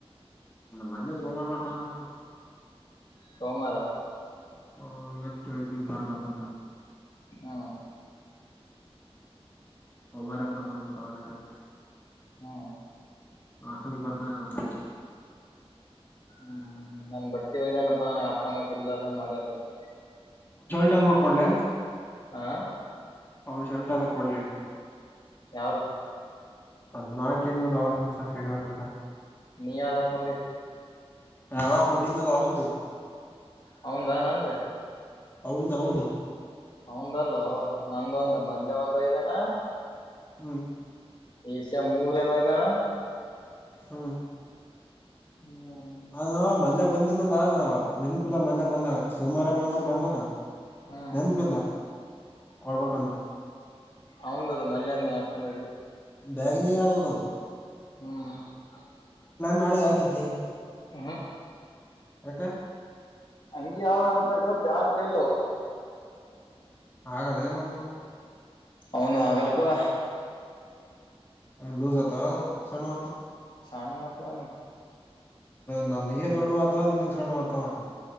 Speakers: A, on the left (about 20°); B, on the left (about 50°).
A: ಮೊನ್ನೆ ಸೋಮವಾರು ಬರ್ತಾವ ನೋ
B: ಸೋಮಾರ
A: ಹ ಇವತ್ ಕೇಳಿದ್ವಿ ಬರ್ಲ ಬಂದ
B: ಹಾ
A: ಹ ಮಾರ ಮಾಡತಾನ ಅಂತಾವ ಡೈರೆಕ್ಟ್
B: ಹಾ
A: ಆಷ್ಟಲಿ ಬರ್ತತ್ತ
B: ಹ್ಮ್ ನನ್ ಬಟ್ಟಿ ಒಯ್ದಾನಪ್ಪ ಹಾಕೋನಕ್ ಇಲ್ಲದಂಗ ಮಾಡ್ಯಾರಲ್ರ
A: ಟ ನೋಡ್ಕೊಳ್ಳೇ
B: ಹಾ
A: ಅವನ್ ಶಲ್ಟ ಅದ ಕೊಡ್ಲಿ
B: ಯಾವ್ದ
A: ಅದ್ ನಾಲ್ಕು ಏನಲ್ ಅವತ್ತು ದಿವ್ಸ ಶನಿವಾರ ದಿವಸ
B: ನೀ ಯಾವ್ದ್ ಹಾಕೊಂಡಿ
A: ನಾವ ಕುಟಿನ ಲವನ್ದು
B: ಹೌದಾ ನನ್ ರೇ
A: ಅವಂದು ಅವಂದು
B: ಹಂದಲ್ಲೋ ನಂದ ಒಂದ ಮಲ್ಲಯ ಒಂದ್ ಐದನ
A: ಹ್ಮ್
B: ಏಷ್ಯ ಮೂರ ಏನೋ ಇದ್ದಾನ
A: ಹ್ಮ
B: ಹ್ಮ್
A: ಅದ ಮಲ್ಲ <inaudible> ಬಂದಿಲ್ಲಲ್ಲಾ ನೆನ್ಪಿಲ್ಲ ಮಂದೆ ಬಂದ ಸೋಮವಾರ ಮಂಗ್ಗಳವರು ಬಂದನ
B: ಹ್ಮ್
A: ನೆನಪಿಲ್ಲ ಕೊಳ್ಬೇಕಂದ್ರೆ
B: ಹೌಂದ ಅದು ಮಲ್ಲಯ ನೀ ಹಾಕೊಂಡು
A: ಬ್ಯಾಗ ನೀ ಯದದ
B: ಹ್ಮ್
A: ನಳೆ ಯಕಿದ್ದ
B: ಉ
A: ಇದಕ್ಕೆ
B: ಹಂಗಿ ಯಾವ ಅಂತಕ್ಕ ಪ್ಯಾಂಟ್ ಇಲ್ಲೋ
A: ಹಾ ಕಲ್ಲಲ್ಲ ಒನು
B: ಅವೌನು ಹಾಗಲ್ಲಪ್ಪಾ
A: ಲೋ ಸತ್ತರೆ ಸಣವತ
B: ಶಂಡ ನತನು
A: ನನಗ ದೊಡ್ ಮಾತವ ನಿನ್ಗ್ ಸಣ್ಣ ಮಾತವ